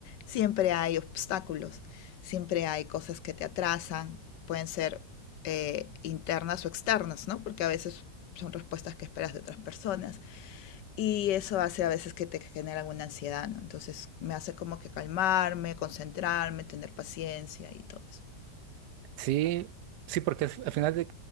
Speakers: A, on the left; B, on the right.
A: siempre hay obstáculos, siempre hay cosas que te atrasan, pueden ser eh, internas o externas, ¿no? Porque a veces son respuestas que esperas de otras personas. Y eso hace a veces que te genera alguna ansiedad, ¿no? Entonces me hace como que calmarme, concentrarme, tener paciencia y todo eso.
B: Sí, sí, porque al al final de,